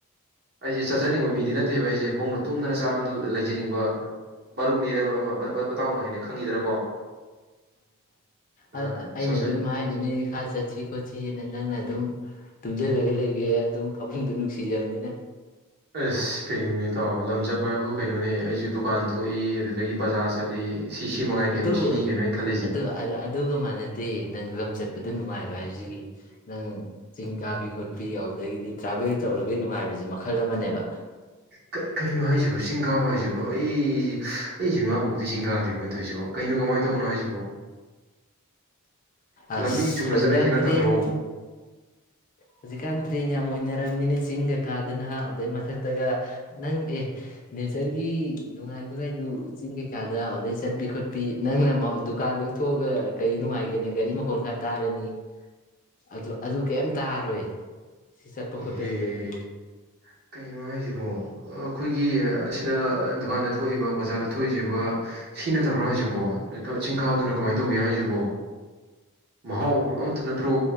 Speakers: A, on the right; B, on the left.
A: ꯑꯩꯁꯦ ꯆꯠꯆꯅꯤꯡꯕ ꯃꯤꯗꯤ ꯅꯠꯇꯦꯕ ꯑꯩꯁꯦ ꯐꯃꯨꯡꯗ ꯇꯨꯝꯗꯅ ꯆꯥꯗꯅ ꯂꯩꯖꯅꯤꯡꯕ ꯃꯔꯨꯞꯅꯤꯅ ꯃꯇꯥꯎꯅ ꯍꯦꯟꯅ ꯈꯪꯉꯤꯗꯅꯀꯣ ꯑ,
B: ꯑ-ꯑꯩꯅꯁꯨ
A: ꯁꯣꯁꯦ
B: ꯑꯗꯨꯝ ꯍꯥꯏꯗꯨꯅꯤ ꯈꯔ ꯆꯠꯁꯤ ꯈꯣꯠꯁꯤꯅ ꯅꯪꯅ ꯑꯗꯨꯝ ꯇꯨꯝꯁꯤꯜꯂꯒ ꯂꯩꯒꯦ ꯑꯗꯨꯝ ꯐꯃꯨꯡꯗꯨ ꯅꯨꯡꯁꯤꯖꯕꯅꯤꯅ
A: ꯑꯁ ꯀꯩꯅꯣꯅꯦ ꯗꯨ ꯇꯣ ꯂꯝ ꯆꯠꯄ ꯍꯥꯏꯕꯨ ꯀꯩꯅꯣꯅꯦ ꯑꯩꯁꯨ ꯗꯨꯝ ꯗꯨꯀꯥꯟ ꯊꯣꯛꯏ ꯑꯗꯨꯗꯒꯤ ꯕꯖꯥꯔ ꯆꯠꯂꯤ ꯁꯤ ꯁꯤ ꯃꯉꯥꯏ ꯀꯩꯅꯣ
B: ꯑꯗꯨ
A: ꯁꯤꯅꯤ ꯀꯩꯅꯣ ꯑꯩꯅ ꯈꯜꯂꯤꯁꯦ
B: ꯑꯗꯨ ꯑꯗꯨꯒ ꯃꯥꯟꯅꯗꯦ ꯅꯪ ꯂꯝ ꯆꯠ ꯑꯗꯨ ꯅꯨꯡꯉꯥꯏꯕ ꯍꯥꯏꯕꯁꯤꯒꯤ ꯅꯪ ꯆꯤꯡ ꯀꯥꯕꯤ ꯈꯣꯠꯄꯤ ꯑꯗꯨꯗꯒꯤꯗꯤ ꯇ꯭ꯔꯥꯚꯦꯜ ꯇꯧꯔꯒ ꯅꯨꯡꯉꯥꯏꯕꯁꯤ ꯃꯈꯜ ꯑꯃꯅꯦꯕ
A: ꯀꯩ ꯀꯩꯅꯣ ꯍꯥꯏꯁꯤꯕꯨ ꯆꯤꯡ ꯀꯥꯕ ꯍꯥꯏꯁꯤꯕꯨ ꯑꯩ ꯑꯩꯁꯤ ꯏꯃꯥ ꯄꯣꯛꯄꯗꯒꯤ ꯆꯤꯡ ꯀꯥꯗ꯭ꯔꯤꯕꯣ ꯇꯧꯔꯤꯁꯤꯕꯣ ꯀꯩꯅꯣ ꯀꯃꯥꯏ ꯇꯧꯕꯅꯣ ꯍꯥꯏꯁꯤꯕꯣ ꯂꯝꯕꯤ
B: ꯑꯁ
A: ꯆꯨꯝꯅ
B: ꯍꯧꯖꯤꯛꯀꯥꯟ
A: ꯆꯠꯅꯩꯁꯦ ꯅꯠꯇꯕ꯭ꯔꯣ
B: ꯇ꯭ꯔꯦꯟ ꯍꯧꯖꯤꯛꯀꯥꯟ ꯇ꯭ꯔꯦꯟ ꯌꯥꯝ ꯑꯣꯏꯅꯔꯝꯃꯤꯅꯦ ꯆꯤꯡꯒꯥ ꯀꯥꯗꯅ ꯍꯥ ꯑꯗꯨꯗꯩ ꯃꯊꯛꯇꯒ ꯅꯪ ꯑꯦ ꯅꯦꯆꯔꯒꯤ ꯅꯨꯡꯉꯥꯏꯕꯒꯥꯏꯗꯨ ꯆꯤꯡ ꯀꯩ ꯀꯥꯗ ꯑꯗꯨꯗꯩ ꯆꯠꯄꯤ ꯈꯣꯠꯄꯤ ꯅꯪꯅ ꯗꯨꯀꯥꯟꯒ ꯀ ꯊꯣꯛꯑꯒ ꯀꯩ ꯅꯨꯡꯉꯥꯏꯒꯦꯅꯦ ꯒꯥꯔꯤ ꯃꯈꯣꯜ ꯈꯔ ꯇꯥꯔꯅꯤ ꯑꯗꯨ ꯑꯗꯨ ꯀꯩꯝ ꯇꯥꯔꯣꯏ ꯁꯤ ꯆꯠꯄ
A: ꯏꯍꯦ
B: ꯈꯣꯠꯄꯁꯤꯗꯗꯤ
A: ꯑꯦ ꯀꯩꯅꯣ ꯍꯥꯏꯁꯤꯕꯣ ꯑ ꯑꯩꯈꯣꯏꯒꯤ ꯑꯁꯤꯗ ꯑ ꯗꯨꯀꯥꯟꯗ ꯊꯣꯛꯏꯕ ꯕꯖꯥꯔꯗ ꯊꯣꯛꯏꯕ ꯁꯤ ꯅꯠꯇꯕ꯭ꯔꯥ ꯍꯥꯏꯁꯤꯕꯣ ꯆꯤꯡ ꯀꯥꯕꯗꯨꯅ ꯀꯃꯥꯏ ꯇꯧꯒꯦ ꯍꯥꯏꯁꯤꯕꯣ ꯃꯍꯥꯎ ꯑꯃꯇ ꯅꯠꯇ꯭ꯔꯣ